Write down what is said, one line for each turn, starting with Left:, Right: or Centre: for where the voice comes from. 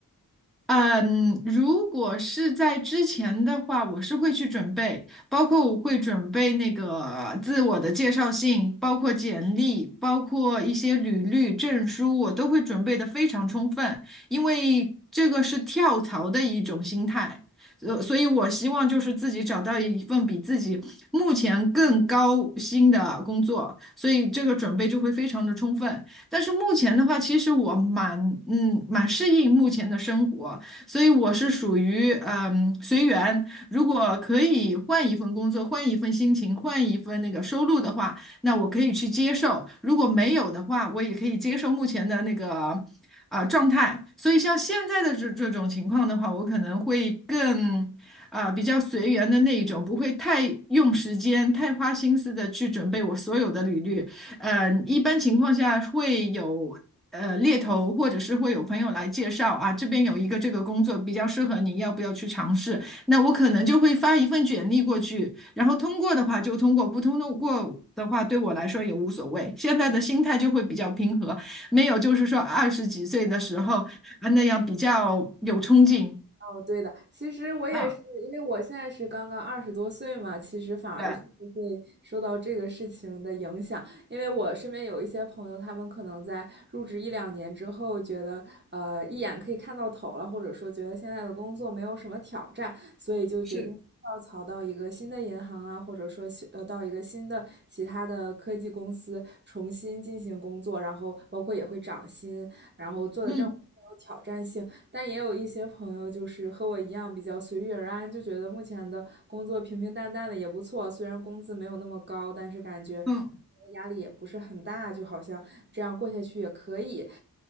Centre: 嗯，如果是在之前的话，我是会去准备，包括我会准备那个自我的介绍信，包括简历，包括一些履历、证书，我都会准备的非常充分，因为这个是跳槽的一种心态，呃，所以我希望就是自己找到一份比自己目前更高薪的工作，所以这个准备就会非常的充分。但是目前的话，其实我蛮嗯蛮适应目前的生活。所以我是属于嗯随缘。如果可以换一份工作，换一份心情，换一份那个收入的话，那我可以去接受；如果没有的话，我也可以接受目前的那个啊、状态。所以像现在的这这种情况的话，我可能会更。啊，比较随缘的那一种，不会太用时间、太花心思的去准备我所有的履历，呃，一般情况下会有呃猎头，或者是会有朋友来介绍啊，这边有一个这个工作比较适合你，要不要去尝试？那我可能就会发一份简历过去，然后通过的话就通过，不通过的话对我来说也无所谓。现在的心态就会比较平和，没有就是说二十几岁的时候啊那样比较有冲劲
Right: 哦，对的，其实我也是，
Centre: 啊，
Right: 因为我现在是刚刚二十多岁嘛，其实反而是不会受到这个事情的影响，
Centre: 对，
Right: 因为我身边有一些朋友，他们可能在入职一两年之后，觉得呃一眼可以看到头了，或者说觉得现在的工作没有什么挑战，所以就决定跳槽到一个新的银行啊，
Centre: 是，
Right: 或者说新呃到一个新的其他的科技公司重新进行工作，然后包括也会涨薪，然后做的任务。
Centre: 嗯
Right: 更有挑战性，但也有一些朋友就是和我一样比较随遇而安，就觉得目前的工作平平淡淡的也不错，虽然工资没有那么高，但是感觉
Centre: 嗯。
Right: 压力也不是很大，就好像这样过下去也可以。